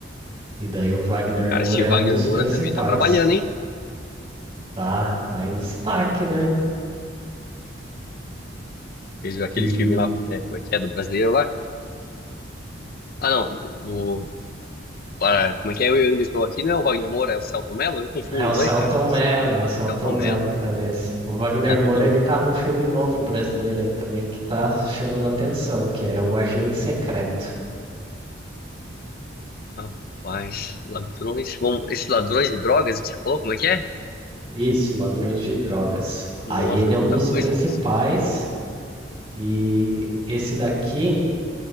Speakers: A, on the right (about 30°); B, on the left (about 50°).
A: E daí o Wagner
B: Cara,
A: Moura
B: esse Wagner
A: é um dos
B: Moura
A: principais,
B: também tá trabalhando, hein?
A: tá? Tá em destaque, né?
B: Fez aquele
A: E
B: filme lá, né? Como é que é? Do brasileiro lá. Ah, não. No, no- para, como é que é? Eu ainda estou aqui, não é o Wagner Moura, é o Celton Mello? Eu confundo
A: é o
B: os
A: Selton
B: dois, cara.
A: Mello, é o Selton
B: Celton
A: Mello
B: Mello.
A: que tá nesse. O Wagner
B: <laughs>
A: Moura,
B: Eu como-
A: ele tá num filme novo brasileiro aí também que tá chamando a atenção, que é O Agente Secreto.
B: Rapaz, ladrões. Vamos, esses ladrões de drogas que você falou, como é que é?
A: Isso, Ladrões de Drogas.
B: Nossa,
A: Aí ele
B: quanta
A: é um dos
B: coisa.
A: principais. E esse daqui